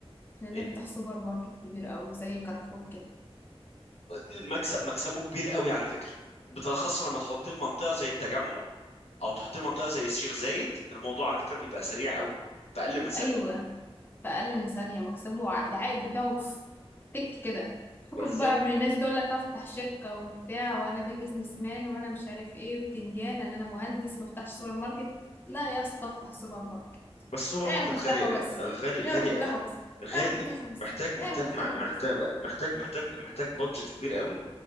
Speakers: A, on the left; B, on the left.
A: احنا نفتح
B: ايه
A: سوبر ماركت كبير قوي زي كارفور كده
B: المكسب مكسبه كبير قوي على فكره بالاخص لما تحطيه في منطقه زي التجمع او تحطيه في منطقه زي الشيخ زايد الموضوع على فكره بيبقى سريع قوي في اقل من ثانيه
A: ايوه في اقل من ثانيه مكسبه ع- العائد بتاعه ف- تك كده فكك
B: بالظبط
A: بقى من الناس تقول لك افتح شركه وبتاع وانا بيزنس مان وانا مش عارف ايه وبتنجان انا مهندس ما افتحش سوبر ماركت لا يا اسطى افتح سوبر ماركت
B: بس السوبر
A: اعرف
B: ماركت
A: افتحه
B: غالي
A: بس
B: غالي
A: اعرف
B: غالي
A: افتحه بس
B: غالي
A: اعرف افتحه بس
B: محتاج محتاج
A: اعرف افتحه
B: محتاج
A: بس
B: محتاج محتاج محتاج بادجت كبير قوي